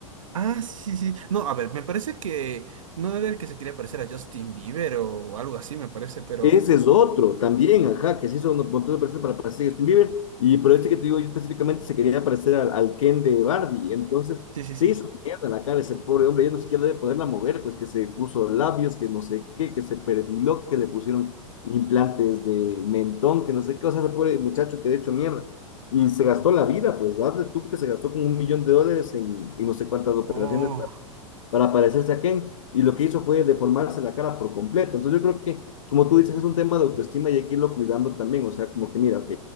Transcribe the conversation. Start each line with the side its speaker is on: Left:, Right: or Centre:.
Right: Ah, sí, sí, sí. No, a ver, me parece que no era el que se quería parecer a Justin Bieber o algo así, me parece, pero
Left: Ese es otro también, ajá, que se hizo un montón de personas para parecer a Justin Bieber, y por este que te digo yo específicamente se quería parecer al, al Ken de Barbie, entonces
Right: sí, sí,
Left: se
Right: sí.
Left: hizo mierda la cara ese pobre hombre, ya no siquiera debe poderla mover, pues que se puso labios, que no sé qué, que se perfiló, que le pusieron implantes de mentón, que no sé qué, o sea, ese pobre muchacho que de hecho mierda, y se gastó la vida, pues hazle tú que se gastó como un millón de dólares en, en no sé cuántas operaciones
Right: Oh.
Left: para parecerse a Ken, y lo que hizo fue deformarse la cara por completo. Entonces yo creo que, como tú dices, es un tema de autoestima y hay que irlo cuidando también, o sea, como que mira, ok,